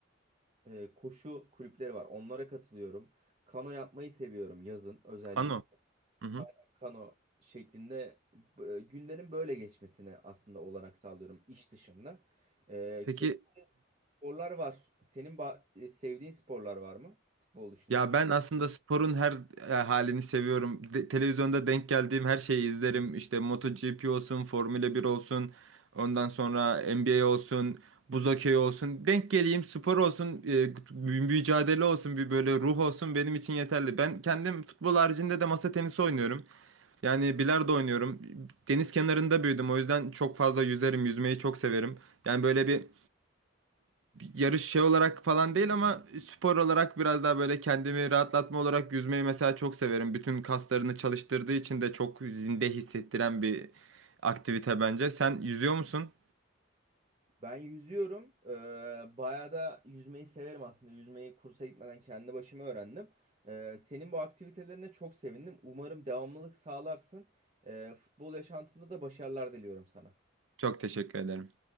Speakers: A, on the right; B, on the right.
A: e, koşu kulüpleri var. Onlara katılıyorum. Kano yapmayı seviyorum yazın özellikle.
B: Ano. Hı hı.
A: Kano şeklinde e, günlerin böyle geçmesine aslında olanak sağlıyorum iş dışında. E,
B: Peki
A: keyif sporlar var. Senin ba- e, sevdiğin sporlar var mı futbol dışında?
B: Ya ben aslında sporun her e, halini seviyorum. De- televizyonda denk geldiğim her şeyi izlerim. İşte MotoGP olsun, Formula 1 olsun, ondan sonra NBA olsun, buz hokeyi olsun. Denk geleyim, spor olsun, e, mü- mücadele olsun, bir böyle ruh olsun benim için yeterli. Ben kendim futbol haricinde de masa tenisi oynuyorum. Yani bilardo oynuyorum. Deniz kenarında büyüdüm. O yüzden çok fazla yüzerim, yüzmeyi çok severim. Yani böyle bir yarış şey olarak falan değil ama spor olarak biraz daha böyle kendimi rahatlatma olarak yüzmeyi mesela çok severim. Bütün kaslarını çalıştırdığı için de çok zinde hissettiren bir aktivite bence. Sen yüzüyor musun?
A: Ben yüzüyorum. E, bayağı da yüzmeyi severim aslında. Yüzmeyi kursa gitmeden kendi başıma öğrendim. E, senin bu aktivitelerine çok sevindim. Umarım devamlılık sağlarsın. E, futbol yaşantında da başarılar diliyorum sana.
B: Çok teşekkür ederim.